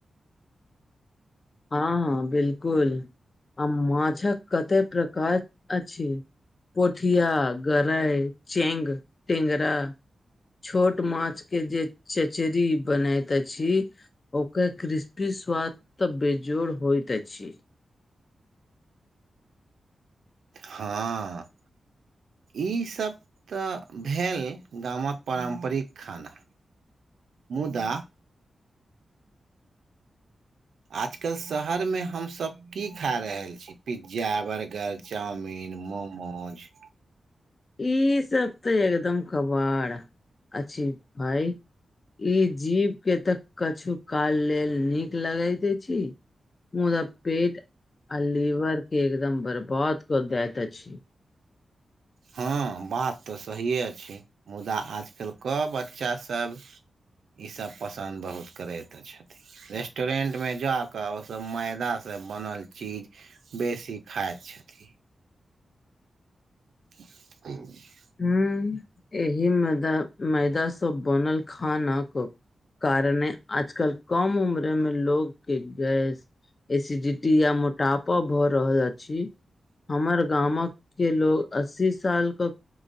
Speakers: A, on the left (about 35°); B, on the right (about 80°).
A: हँ हँ बिलकुल आ माछक कते प्रकार अछि पोठिया गरइ चेंग टेंगरा छोट माछ के जे चचरी बनाैत अछि ओकर क्रिस्पी स्वाद तऽ बेजोड़ होइत अछि
B: हँ ई सबहक तऽ भेल गामक पारम्परिक खाना मुदा आजकल शहर मे हमसभ की खा रहल छी पिज्जा बर्गर चाउमिन मोमोज
A: ई सब तऽ एकदम कबाड़ अछि भाई ई जीव के तऽ कछु काल लेल नीक लगैत छी मुदा पेट आ लीवर के एकदम बर्बाद क दैत अछि
B: हँ बात तऽ सहिए छै मुदा आजकल क बच्चास सब ई सब पसन्द बहुत करे तऽ छथिन रेस्टोरेंट मे जा कऽ ओसभ मैदा से बनल चीज बेसी खााय छथि <inaudible>
A: ह यही मैदा मैदा स बनल खानआक कारणे आजकल कम उम्र मे लोगके गैस एसीडीटी आ मोटापा भ रहल अछि। हमर गामक के लोग अस्सी सालके